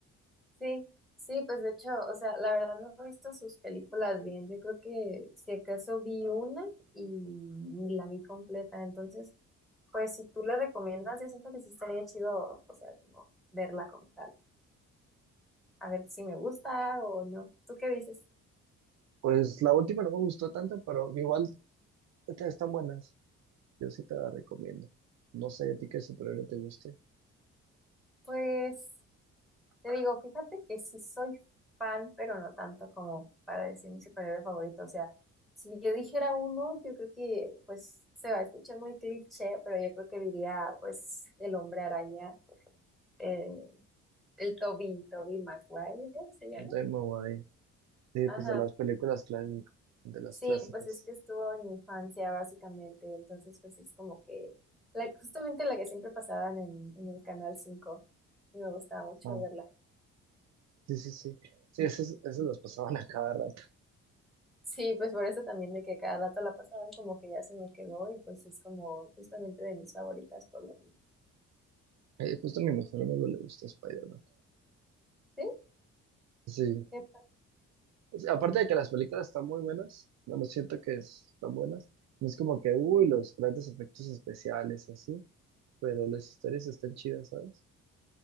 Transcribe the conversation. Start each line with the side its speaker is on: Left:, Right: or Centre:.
Centre: Sí, sí, pues de hecho, o sea, la verdad no he visto sus películas bien, yo creo que si acaso vi una y ni la vi completa, entonces, pues si tú le recomiendas, yo siento que sí estaría chido, o sea, como verla como tal, a ver si me gusta o no. ¿Tú qué dices?
Right: Pues la última no me gustó tanto, pero igual estas están buenas. Yo sí te la recomiendo. No sé a ti qué superhéroe te guste.
Centre: Pues Te digo, fíjate que sí soy fan, pero no tanto como para decir mi superhéroe favorito. O sea, si yo dijera uno, yo creo que pues se va a escuchar muy cliché, pero yo creo que diría pues el hombre araña, eh, el Toby, Toby Maguire, ¿se llama?
Right: Entonces me voy Sí,
Centre: Ajá.
Right: pues de las películas clásicas, de las
Centre: Sí,
Right: clásicas.
Centre: pues es que estuvo en mi infancia básicamente, entonces pues es como que la, justamente la que siempre pasaban en, en el Canal cinco y me gustaba
Right: Ajá.
Centre: mucho verla.
Right: Sí, sí, sí. Sí, esas, esas las pasaban a cada rato.
Centre: Sí, pues por eso también de que cada dato la pasaban como que ya se me quedó y pues es como justamente de mis favoritas por lo mismo.
Right: Eh, justo a mi mejor amigo le gusta Spider-Man.
Centre: Sí,
Right: Sí.
Centre: qué padre.
Right: O sea, Aparte de que las películas están muy buenas, bueno, siento que es- están buenas. No es como que, uy, los grandes efectos especiales y así, pero las historias están chidas, ¿sabes?